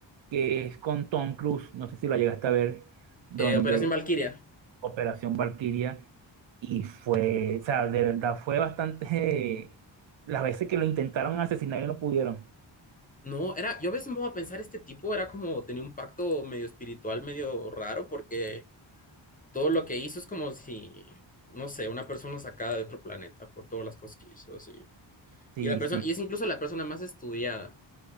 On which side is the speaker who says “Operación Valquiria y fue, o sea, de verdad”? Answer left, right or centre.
Right